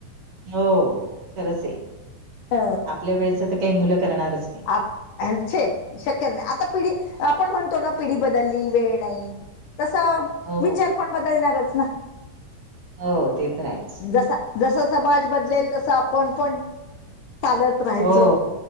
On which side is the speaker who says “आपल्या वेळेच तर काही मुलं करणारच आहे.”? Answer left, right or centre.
Right